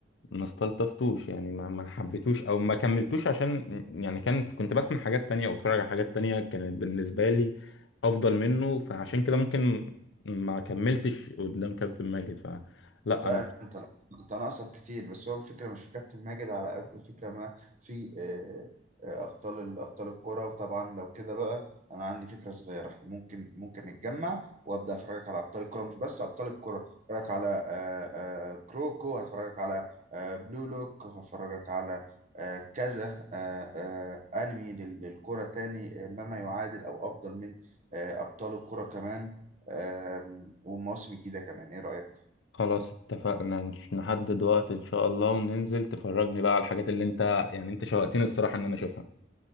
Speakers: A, on the left (about 80°); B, on the right (about 40°).
A: ما استلطفتوش يعني ما ما حبيتوش أو ما كملتوش عشان يعني كان كنت بسمع حاجات تانية أو اتفرج على حاجات تانية كانت بالنسبة لي أفضل منه فعشان كده ممكن ما كملتش قدام كابتن ماجد فلا
B: لا
A: أنا
B: انت انت ناقصك كتير بس هو الفكره مش في كابتن ماجد على قد الفكره ما في آه، آه، ابطال ال- ابطال الكره وطبعا لو كده بقى انا عندي فكره صغيره احنا ممكن ممكن نتجمع وابدا افرجك على ابطال الكره مش بس ابطال الكره افرجك على آه، آه، كروكو هفرجك على آه، بلو لوك وهفرجك على آه، كذا آه، آه، انمي لل- للكره تاني آه، ما يعادل او افضل من آه، ابطال الكره كمان آه، والمواسم الجديده كمان ايه رايك
A: خلاص اتفقنا نش- نحدد وقت إن شاء الله وننزل تفرجني بقى على الحاجات اللي أنت يعني أنت شوقتني الصراحة إن أنا أشوفها